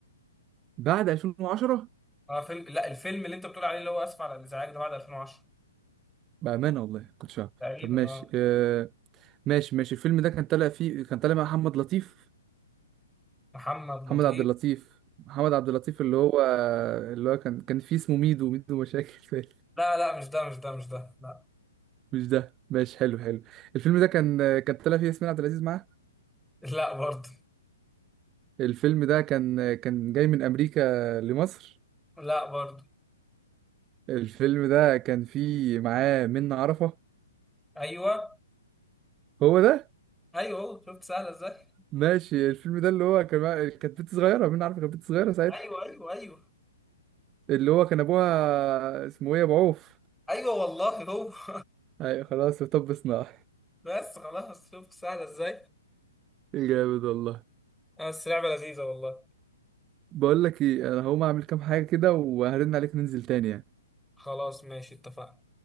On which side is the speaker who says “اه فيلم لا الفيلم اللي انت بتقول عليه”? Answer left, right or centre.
Centre